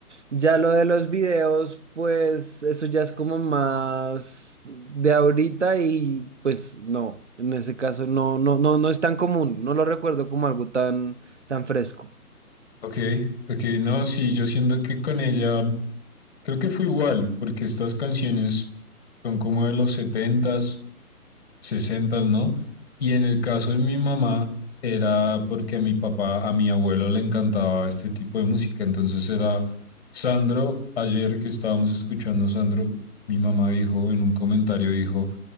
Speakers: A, on the right; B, on the left.
A: Ya lo de los videos, pues eso ya es como más de ahorita y pues no, en ese caso no, no, no, no es tan común, no lo recuerdo como algo tan, tan fresco.
B: Ok, ok, no, sí, yo siento que con ella creo que fue igual, porque estas canciones son como de los setentas, sesentas, ¿no? Y en el caso de mi mamá era porque a mi papá, a mi abuelo le encantaba este tipo de música, entonces era Sandro, ayer que estábamos escuchando Sandro, mi mamá dijo en un comentario, dijo,